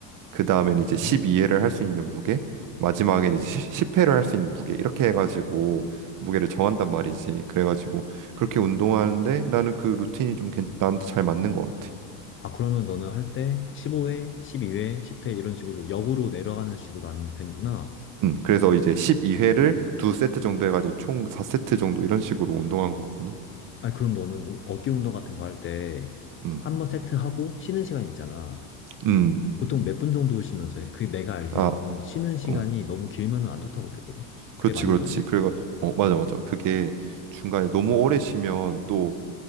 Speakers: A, on the right (about 45°); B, on the left (about 30°).
A: 그 다음엔
B: 음.
A: 이제 12회를 할 수 있는 무게, 마지막엔 이제 10회를 할 수 있는 무게 이렇게 해가지고 무게를 정한단 말이지. 그래가지고 그렇게 운동하는데 나는 그 루틴이 좀 괜- 나한테 잘 맞는 것 같아.
B: 아, 그러면 너는 할 때 15회, 12회, 10회 이런 식으로 역으로 내려가는 식으로 하는 편이구나.
A: 음, 그래서 이제 12회를 두 세트 정도 해가지고 총 4세트 정도 이런 식으로 운동한 거거든.
B: 아니, 그럼 너는 우- 어깨 운동 같은 거 할 때
A: 음,
B: 한 번 세트하고 쉬는 시간이 있잖아.
A: 음,
B: 보통 몇 분 정도 쉬면서 해? 그게 내가 알기로는
A: 아,
B: 쉬는 시간이
A: 어,
B: 너무 길면은 안 좋다고 들었거든?
A: 그렇지,
B: 그게 맞는
A: 그렇지.
B: 말이야?
A: 그래가, 어, 맞아, 맞아. 그게 중간에 너무 오래 쉬면 또